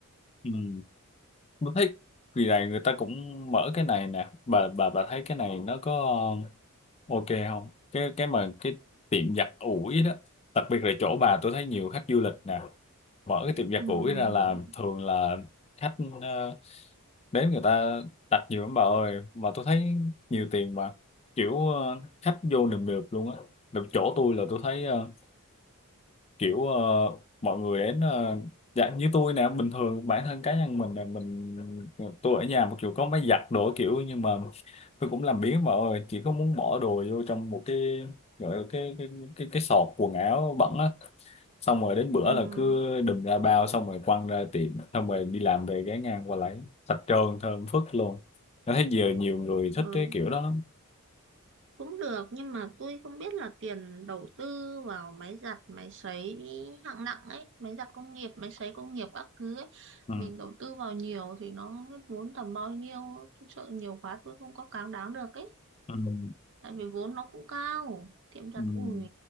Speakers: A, on the left; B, on the right.
A: ừ tôi thấy kỳ này người ta cũng mở cái này nè bà bà bà thấy cái này nó có ok không cái cái mà cái tiệm giặt ủi đó đặc biệt là chỗ bà tôi thấy nhiều khách du lịch nè mở cái tiệm giặt
B: Ừm,
A: ủi ra là thường là khách ờ, đến người ta đặt nhiều lắm bà ơi mà tôi thấy nhiều tiền mà kiểu ờ, khách vô nườm nượp luôn á Được chỗ tôi là tôi thấy ờ, kiểu ờ, mọi người đến ờ, dạ như tôi nè bình thường bản thân cá nhân mình là mình tôi ở nhà một kiểu có máy giặt đồ kiểu nhưng mà tôi cũng làm biếng mà ơi chỉ có muốn bỏ đồ vô trong một cái gọi là cái cái cái, cái sọt quần áo bẩn á xong rồi đến bữa
B: ừm,
A: là cứ đùm ra bao xong rồi quăng ra tiệm xong rồi đi làm về ghé ngang qua lấy sạch trơn thơm phức luôn tôi thấy giờ nhiều người thích
B: ừ.
A: cái kiểu đó lắm
B: cũng được nhưng mà tôi không biết là tiền đầu tư vào máy giặt máy sấy hạng nặng ấy máy giặt công nghiệp máy sấy công nghiệp các thứ ấy
A: ừ.
B: mình đầu tư vào nhiều thì nó hết vốn tầm bao nhiêu tôi sợ nhiều quá tôi không có cám đáng được ấy
A: Ừ. Ừ.
B: tại vì vốn nó cũng cao tiệm giặt
A: Ừ. Ừ.
B: ủi